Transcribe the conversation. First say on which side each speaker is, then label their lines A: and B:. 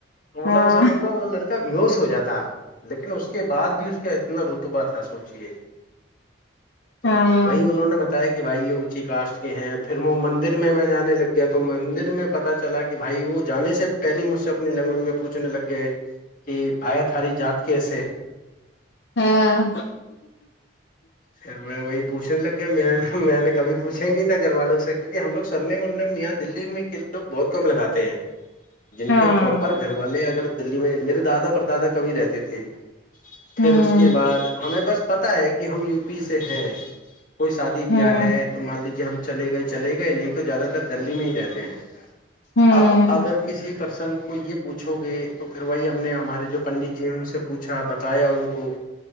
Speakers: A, on the left; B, on the left.
A: مطلب
B: ہاں
A: وہ لڑکا ب ہووش ہو جاتا لیکن اس کے بعد بھی اس کا اتنا رتبا تھا سوچ ل تو
B: ہاں
A: وہی انہوں نے بتایا کہ بھائی یہ اونچی کاسٹ کے ہیں پھر وہ مندر میں میں جان لگ گیا تو مندر میں پتا چلا کہ بھائی وہ جانے سے پہلی مجھ سے اپنی لینگویج میں پوچھنے لگ گئے کہ بھائیت ہاری جات کیسے
B: ہاں
A: پھر میں وہی پوچنے لگے میں میں نے کبھی پوچا ہی نہیں تھا گھر والوں سے کیونکہ ہم لوگ سرنےم ارنےم یہاں دلی میں کے لوگ بہت کم لگاتے ہیں جن
B: ہاں
A: کے پراپر گھر والے اگر دلی میں میرے دادا پر دادا کبھی رہتے تھے پھر
B: ہوں
A: اس کے بعد ہمیں بس پتا ہے کہ ہم یو پی سے ہے کوئی سادی بیاہ
B: ہوں
A: ہے تو مان لیجے ہم چلے گئے چلے گئے نہیں تو زیادہ تر جلدی میں ہی رہتے ہیں
B: ہوں
A: اب اگر کسی پرسن کو کو یہ پوچھو گے تو پھر وہی ہم نے ہمارے جو پنڈت جی ہیں ان سے پوچھا بتایا ان کو